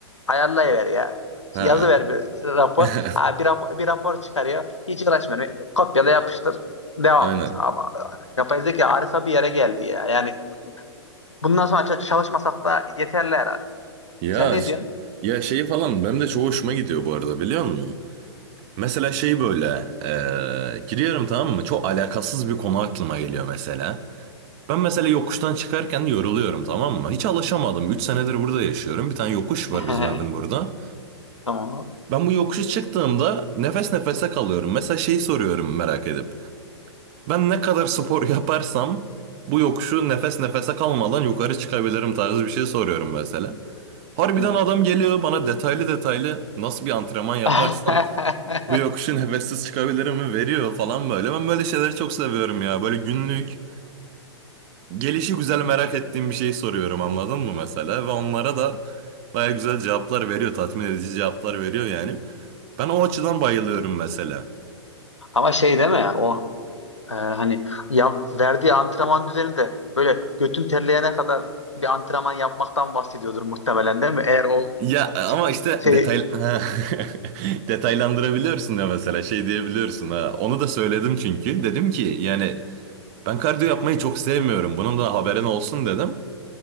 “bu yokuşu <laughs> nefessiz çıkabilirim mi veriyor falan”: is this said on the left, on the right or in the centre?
Right